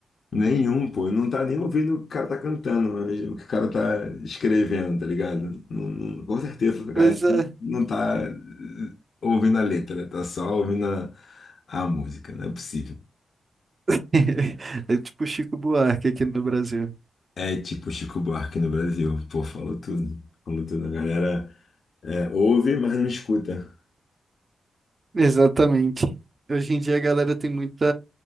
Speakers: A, on the left; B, on the right.
A: nenhum, pô. Não tá nem ouvindo o que o cara tá cantando, mas o que o cara tá escrevendo, tá ligado? Não, não- com certeza, a galera
B: Coisa.
A: não não tá eh, ouvindo a letra, tá só ouvindo a, a música, não é possível.
B: <laughs> É tipo Chico Buarque aqui no Brasil.
A: É tipo Chico Buarque no Brasil, pô, falou tudo. Falou tudo, a galera é, ouve, mas não escuta.
B: Exatamente. Hoje em dia a galera tem muita.